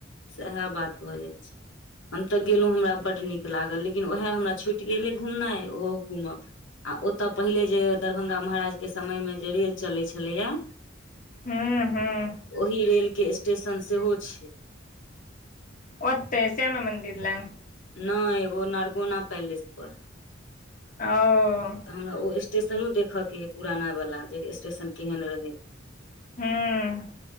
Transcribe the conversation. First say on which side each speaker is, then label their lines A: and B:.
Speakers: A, on the left; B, on the left.
A: सएह बात भऽ जाइ छै हम तऽ गेलहुँं हमरा बड्ड नीक लागल लेकिन ओएह हमरा छुटि गेलै घूमनाइ ओहो घूमब आ ओतअ पहिले जे दरभंगा महाराज के समय मे जे रेल चलैय छलैए
B: हूँ हूँ
A: ओहि रेल के स्टेशन सेहो छै
B: ओते श्यामा मन्दिर लग
A: नइ ओ नरगौना पैलेस पर
B: ओ
A: तऽ हमरा ओ स्टेशनो देखऽके यइ पुराना वला जे स्टेशन केहन रहै
B: हूँ